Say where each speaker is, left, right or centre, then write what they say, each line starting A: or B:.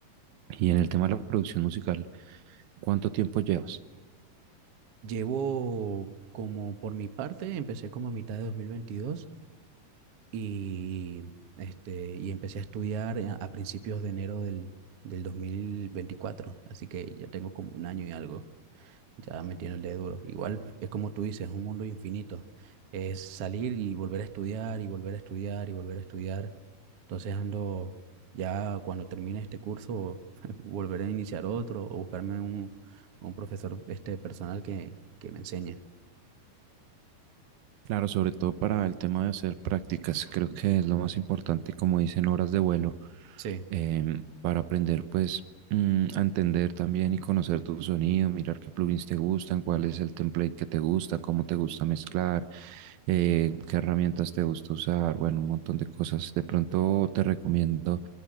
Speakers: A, on the right; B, on the right.
A: Y en el tema de la producción musical, ¿cuánto tiempo llevas?
B: Llevo como por mi parte, empecé como a mitad de 2022 y, este, y empecé a estudiar a a principios de enero del, del 2024, así que ya tengo como un año y algo. Ya metiéndole duro. Igual es como tú dices, es un mundo infinito. Es salir y volver a estudiar y volver a estudiar y volver a estudiar. Entonces ando, ya cuando termine este curso, <laughs> volveré a iniciar otro o buscarme un, un profesor este personal que, que me enseñe.
A: Claro, sobre todo para el tema de hacer prácticas, creo que es lo más importante, como dicen, horas de vuelo.
B: Sí,
A: em, para aprender pues mm, a entender también y conocer tu sonido, mirar qué plugins te gustan, cuál es el template que te gusta, cómo te gusta mezclar, eh, qué herramientas te gusta usar, bueno, un montón de cosas. De pronto te recomiendo